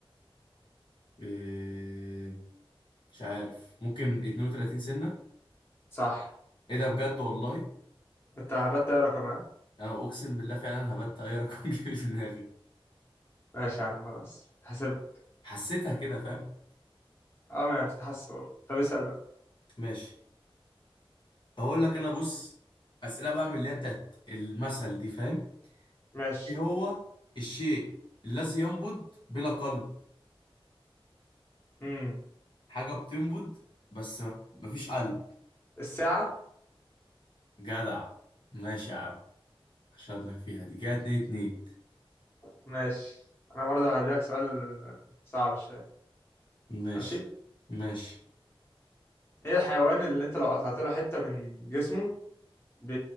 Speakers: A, on the left (about 55°); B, on the left (about 25°).
A: إيه... مش عارف ممكن 32 سنة
B: صح
A: ايه ده بجد والله
B: انت هبت ايه رقم ها
A: انا اقسم بالله فعلا هبت اي رقم <laughs> جه في دماغي
B: ماشي يا عم خلاص تحسب
A: حسيتها كده فاهم
B: اه ما هي بتتحسب طب اسال بقى
A: ماشي اقول لك انا بص اسئله بقى من اللي هي بتاعت المثل دي فاهم
B: ماشي
A: ايه هو الشيء الذي ينبض بلا قلب
B: امم
A: حاجه بتنبض بس مفيش قلب
B: الساعه
A: جدع ماشي يا عم اشهد لك فيها دي كده اتنين اتنين
B: ماشي انا برضه هديك سؤال صعب شويه
A: ماشي
B: ماشي
A: ماشي
B: ايه الحيوان اللي انت لو قطعت له حته من جسمه ب...